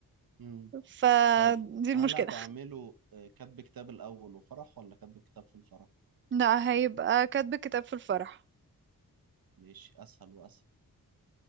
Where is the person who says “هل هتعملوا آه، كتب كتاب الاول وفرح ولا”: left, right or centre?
Right